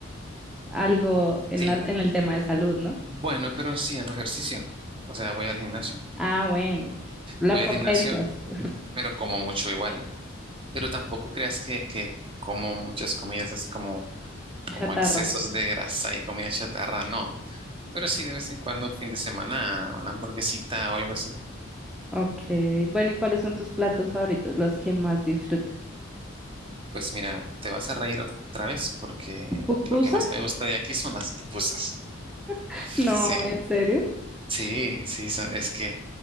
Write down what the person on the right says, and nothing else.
Sí,
bueno, pero sí hago ejercicio, o sea, voy al gimnasio.
Voy
al gimnasio,
pero como mucho igual, pero tampoco creas que, que como muchas comidas así como,
como excesos de grasa y comida chatarra, no. Pero sí, de vez en cuando, un fin de semana, una hamburguesita o algo así.
Pues mira, te vas a reír otra vez porque
lo que más me gusta de aquí son las pupusas.
Sí,
sí, sí, son- es que,